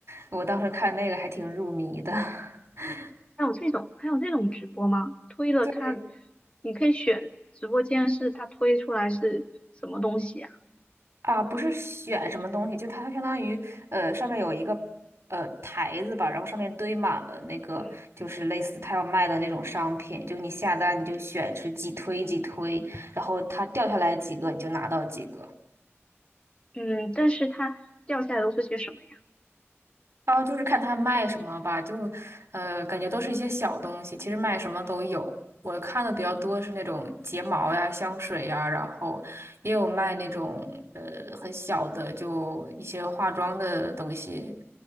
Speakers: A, on the right; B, on the left.
A: 我当时看那个还挺入迷的。<laughs>
B: 还有这种还有这种直播吗？推了它，
A: 对。
B: 你可以选直播间是它推出来是什么东西呀、
A: 啊，不是选什么东西，就它相当于呃上面有一个呃台子吧，然后上面堆满了那个就是类似它要卖的那种商品，
B: 嗯
A: 就你下单你就选是几推几推，然后它掉下来几个你就拿到几个。
B: 嗯，但是它掉下来都是些什么呀？
A: 啊，就是看他卖什么吧，就，呃，感觉都是一些小东西，其实卖什么都有。我看的比较多是那种睫毛呀、香水呀，然后也有卖那种呃很小的，就一些化妆的东西，